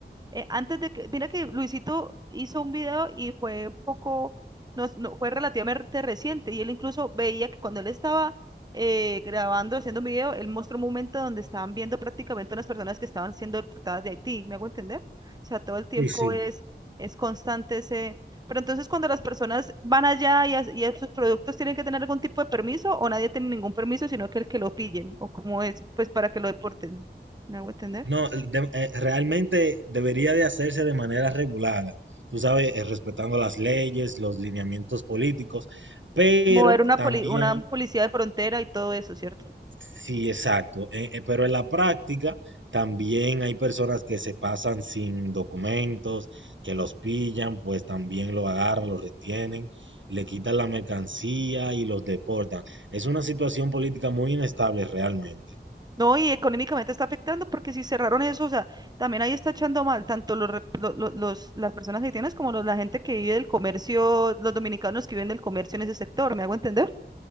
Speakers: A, on the right; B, on the right.
A: eh, antes de que, mira que Luisito hizo un video y fue poco, no, es- no- fue relativamente reciente y él incluso veía que cuando él estaba eh, grabando, haciendo un video, él mostró un momento donde estaban viendo prácticamente unas personas que estaban siendo deportadas de Haití, ¿me hago entender? O sea, todo el tiempo
B: Sí, sí.
A: es, es constante ese... Pero entonces cuando las personas van allá y, a- y a sus productos tienen que tener algún tipo de permiso o nadie tiene ningún permiso, sino que el que lo pillen o como es, pues para que lo deporten, ¿me hago entender?
B: No, el de- eh, realmente debería de hacerse de manera regulada, tú sabes, eh, respetando las leyes, los lineamientos políticos, pero
A: Mover una,
B: también
A: poli- una policía de frontera y todo eso, ¿cierto?
B: Sí, exacto. Eh, eh, pero en la práctica también hay personas que se pasan sin documentos, que los pillan, pues también lo agarran, lo retienen, le quitan la mercancía y los deportan. Es una situación política muy inestable realmente.
A: No, y económicamente está afectando porque si cerraron eso, o sea, también ahí está echando mal tanto los, rep- lo- lo- los, las personas haitianas como los- la gente que vive del comercio, los dominicanos que viven del comercio en ese sector, ¿me hago entender?